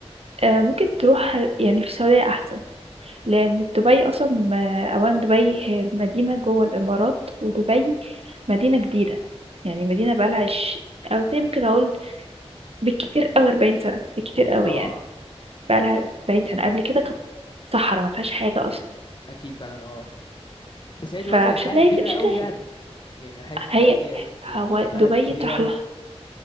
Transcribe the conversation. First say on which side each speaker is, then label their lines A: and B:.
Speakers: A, on the right (about 60°); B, on the left (about 45°).
A: آآ ممكن
B: مم.
A: تروح يعني في السعودية أحسن، لإن دبي أصلًا ما- أولًا دبي هي المدينة جوّه الإمارات، ودبي مدينة جديدة، يعني مدينة بقى لها عش أو زي ممكن أقول بالكتير أوي 40 سنة، بالكتير أوي
B: اه
A: يعني،
B: امم
A: بقى لها 40 سنة، قبل كده كانت صحرا ما فيهاش حاجة أصلًا،
B: اكيد فعلا اه بس هي دلوقتي
A: فمش
B: بقت حاجة
A: هتلاقي
B: كبيرة
A: ف مش
B: قوي
A: هتلاقي
B: يعني يعني انا حاسس ان
A: هي
B: دلوقتي بقت يعني
A: هو
B: بلد
A: دبي
B: كبيرة
A: تروح
B: قوي
A: لها